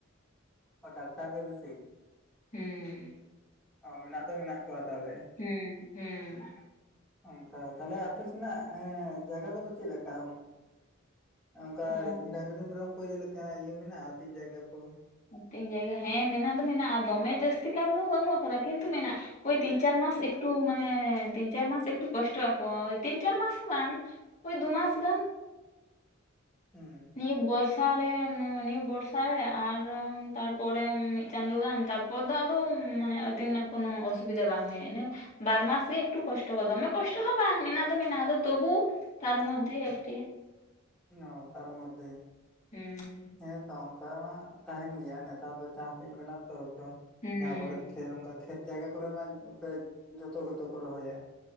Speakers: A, in the centre; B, on the left.
A: ᱚ ᱴᱟᱠᱴᱟᱨ ᱜᱮ ᱵᱤᱥᱤ?
B: ᱦᱩᱸ᱾
A: ᱚ ᱢᱮᱱᱟᱜ ᱫᱚ ᱢᱮᱱᱟᱜ ᱠᱚᱣᱟ ᱛᱟᱦᱚᱞᱮ᱾
B: ᱦᱩᱸ ᱦᱩᱸ᱾
A: ᱚᱱᱠᱟ ᱛᱟᱦᱚᱞᱮ ᱟᱯᱮ ᱥᱮᱱᱟᱜ ᱡᱟᱭᱜᱟ ᱠᱚᱫᱚ ᱪᱮᱫ ᱞᱮᱠᱟ? ᱚᱝᱠᱟ
B: ᱚ
A: ᱰᱟᱝᱨᱤ ᱢᱮᱨᱚᱢ ᱠᱚ ᱤᱭᱟᱹ ᱞᱮᱠᱟ ᱤᱭᱟᱹ ᱢᱮᱱᱟᱜᱼᱟ ᱟᱛᱤᱧ ᱡᱟᱭᱜᱟ ᱠᱚ᱾
B: ᱟᱛᱤᱧ ᱡᱟᱭᱜᱟ ᱦᱮᱸ ᱢᱮᱱᱟᱜ ᱫᱚ ᱢᱮᱱᱟᱜᱼᱟ, ᱫᱚᱢᱮ ᱡᱟᱹᱥᱛᱤ ᱠᱟᱭ ᱛᱮ ᱫᱚ ᱵᱟᱹᱱᱩᱜ ᱟᱠᱟᱫᱟ ᱠᱤᱱᱛᱩ ᱢᱮᱱᱟᱜ ᱳᱭ ᱛᱤᱱ ᱪᱟᱨ ᱢᱟᱥ ᱮᱠᱴᱩ ᱢᱟᱱᱮ ᱛᱤᱱ ᱪᱟᱨ ᱢᱟᱥ ᱮᱠᱴᱩ ᱠᱚᱥᱴᱚᱜ ᱟᱠᱚ, ᱛᱤᱱ ᱪᱟᱨ ᱢᱟᱥ ᱦᱚᱸ ᱵᱟᱝ, ᱳᱭ ᱫᱩ ᱢᱟᱥ ᱜᱟᱱ᱾
A: ᱦᱩᱸ᱾
B: ᱱᱤᱭᱟᱹ ᱵᱚᱨᱥᱟ ᱨᱮ ᱱᱤᱭᱟᱹ ᱵᱚᱨᱥᱟ ᱨᱮ ᱟᱨ ᱛᱟᱨᱯᱚᱨᱮ ᱢᱤᱫ ᱪᱟᱸᱫᱳ ᱜᱟᱱ ᱛᱟ ᱯᱚᱨ ᱫᱚ ᱟᱫᱚ ᱢᱟᱱᱮ ᱟᱹᱛᱤᱧ ᱨᱮᱱᱟᱜ ᱠᱚᱱᱚ ᱚᱥᱩᱵᱤᱫᱷᱟ ᱵᱟᱝ ᱦᱩᱭᱩᱜᱼᱟ ᱤᱱᱟᱹ, ᱵᱟᱨ ᱢᱟᱥ ᱜᱮ ᱮᱠᱴᱩ ᱠᱚᱥᱴᱚ ᱠᱚ, ᱫᱚᱢᱮ ᱠᱚᱥᱴᱚ ᱦᱚᱸ ᱵᱟᱝ ᱢᱮᱱᱟᱜ ᱫᱚ ᱢᱮᱱᱟᱜᱼᱟ ᱟᱫᱚ ᱛᱚᱵᱩ, ᱛᱟᱨ ᱢᱚᱫᱷᱮ ᱮᱠᱴᱤ᱾
A: ᱚ ᱛᱟᱨ ᱢᱚᱫᱷᱮ᱾
B: ᱦᱩᱸ᱾
A: ᱦᱮᱸ ᱛᱚ ᱚᱝᱠᱟ ᱢᱟ ᱛᱟᱦᱮᱸᱱ ᱜᱮᱭᱟ ᱱᱮᱛᱟᱨ ᱫᱚ ᱪᱟᱥ ᱫᱤᱱ ᱠᱟᱱᱟ ᱛᱚ ᱛᱚ,
B: ᱦᱩᱸ
A: ᱡᱟᱦᱟᱸ ᱠᱚᱨᱮ <unintelligible> ᱠᱷᱮᱛ ᱡᱟᱭᱜᱟ ᱠᱚᱨᱮ ᱢᱟ <inaudible> ᱡᱚᱛᱚ ᱜᱮᱛᱚ ᱠᱚ ᱨᱚᱦᱚᱭᱟ᱾